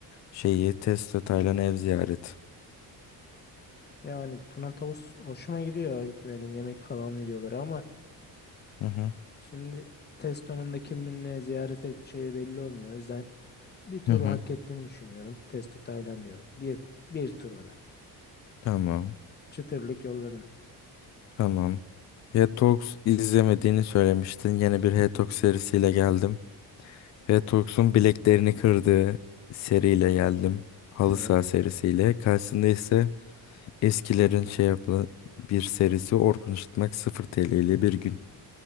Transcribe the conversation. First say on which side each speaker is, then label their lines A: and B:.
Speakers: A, on the left; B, on the left.
A: şeyi Testo Taylan ev ziyaret.
B: Yani Tuna Tavus hoşuma gidiyor böyle yemek falan videoları ama
A: Hı hı.
B: şimdi Testo'nun da kiminle ziyaret edeceği belli olmuyor. O yüzden bir turu
A: Hı hı.
B: hak ettiğini düşünüyorum. Testo Taylan diyorum. Bir, bir turu da.
A: Tamam.
B: Çıtırlık yolladım.
A: Tamam. Hetox izlemediğini söylemiştin. Yeni bir Hetox serisiyle geldim. Hetox'un bileklerini kırdığı seriyle geldim. Halı
B: Evet.
A: saha serisiyle. Karşısında ise eskilerin şey yapılan bir serisi Orkun Işıtmak 0 TL ile bir gün.